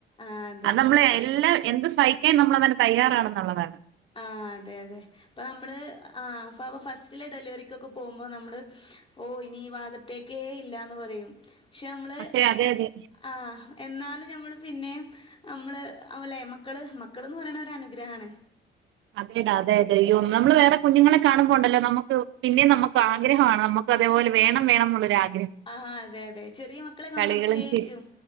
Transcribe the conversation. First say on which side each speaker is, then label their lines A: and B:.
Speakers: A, on the left; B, on the right.
A: ആഹ് അതെ.
B: അത് നമ്മള് എല്ലാം എന്ത് സഹിക്കാൻ നമ്മളതിന് തയാറാണന്നുള്ളതാണ്
A: ആഹ് അതെ അതെ അപ്പ നമ്മള് ആ ഫസ്റ്റ് ഫസ്റ്റിലെ ഡെലിവറികൊക്കെ പോകുമ്പോൾ നമ്മള് ഓ ഇനി ഈ ഭാഗത്തേക്കേ ഇല്ലന്ന് പറയും പക്ഷെ നമ്മള്
B: പക്ഷെ അതെ അതെ
A: ആഹ് എന്നാലും ഞമ്മള് പിന്നെയും നമ്മള് ആവൂലെ മക്കള് മക്കള് എന്ന് പറയുന്നത് ഒരു അനുഗ്രഹമാണ്
B: അതെടാ അതെ അതെ നമ്മള് വേറെ കുത്തുങ്ങളെ കാണുമ്പോൾ ഉണ്ടല്ലോ ഒരു പിന്നെയും ഒരു ആഗ്രഹമാണ് നമുക്ക് അതേപോലെ വേണം വേണം എന്നുള്ള ആഗ്രഹം
A: ആഹ് അതെ അതെ ചെറിയ മക്കളെ കാണുമ്പോൾ
B: കളികളും
A: പ്രത്യേകിച്ചും
B: ചി